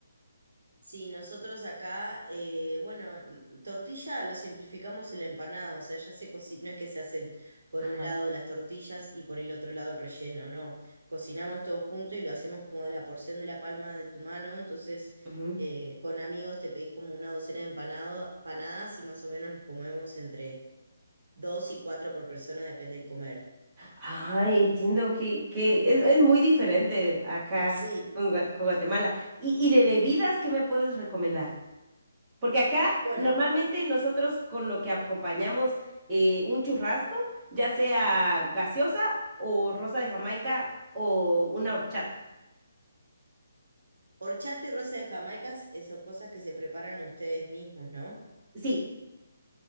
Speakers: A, on the right; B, on the right.
A: Sí, nosotros acá, eh, bueno, mm, tortilla lo simplificamos en la empanada, o sea, ya se cocina, no es que se hacen por
B: Ajá.
A: un lado las tortillas y por el otro lado el relleno, no, cocinamos todo junto y lo hacemos como de la porción de la palma de tu mano, entonces
B: ujú.
A: eh, con amigos te pedís como una docena de empanado, empanadas y más o menos nos comemos entre dos y cuatro por persona, depende del comer.
B: Ah, entiendo que, que es, es muy diferente acá
A: <laughs> Sí,
B: con, Gua- con Guatemala. ¿Y, y de bebidas qué me puedes recomendar? Porque acá
A: bueno,
B: normalmente nosotros con lo que acompañamos eh, un churrasco, ya sea gaseosa o rosa de Jamaica o una horchata.
A: horchata y rosa de Jamaica eh, son cosas que se preparan ustedes mismos, ¿no?
B: Sí,